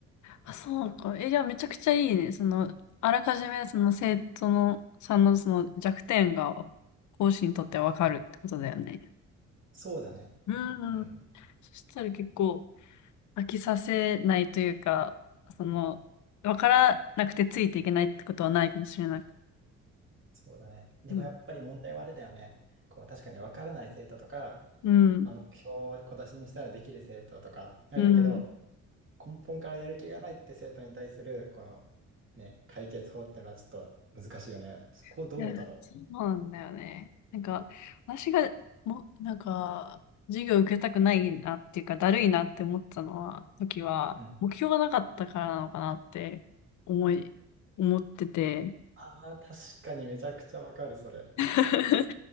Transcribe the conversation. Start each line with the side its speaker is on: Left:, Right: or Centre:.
Left: あ、そうか。え、じゃあめちゃくちゃいいね。その、あらかじめその生徒のさんのその弱点が講師にとってわかるってことだよね。
Right: そうだね。
Left: うんうん。
Right: うん、うん
Left: そしたら結構飽きさせないというか、その、わからなくてついていけないってことはないかもしれない。
Right: そうだね。でもやっぱり問題はあれだよね。
Left: うん。
Right: こう確かに分からない生徒とか、
Left: うん。
Right: まあ、目標を小出しにしたらできる生徒とかはいるけど、
Left: うん。
Right: 根本からやる気がないって生徒に対するこの、ね、解決法っていうのはちょっと難しいよね。そこどうだろ
Left: <laughs> いやそうなんだよね。なんか、私が、も、なんか、授業受けたくないなっていうか、だるいなって思ったのは、時は、
Right: う。うん。
Left: 目標がなかったからなのかなって思い、<laughs> 思ってて。
Right: ああ、確かにめちゃくちゃ分かる、それ。
Left: <laughs>